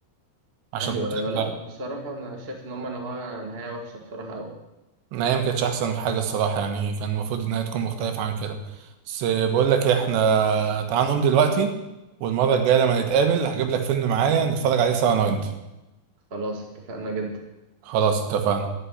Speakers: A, on the right (about 85°); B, on the right (about 40°).
A: عشان
B: ايوه
A: خاطر
B: ايوه لا بصراحه انا شايف ان هم نهايه نهايه وحشه بصراحه قوي
A: النهاية ما كانتش أحسن حاجة الصراحة يعني كان المفروض إنها تكون مختلفة عن كده بس بقول لك إيه إحنا تعال نقوم دلوقتي والمرة الجاية لما نتقابل هجيب لك فيلم معايا نتفرج عليه سوا أنا وأنت
B: خلاص اتفقنا جدا
A: خلاص اتفقنا